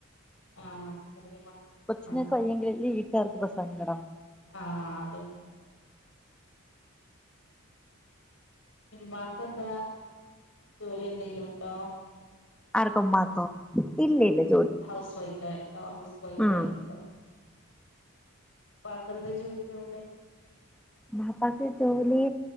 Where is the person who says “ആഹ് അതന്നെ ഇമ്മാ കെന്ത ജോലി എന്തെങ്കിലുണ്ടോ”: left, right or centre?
Left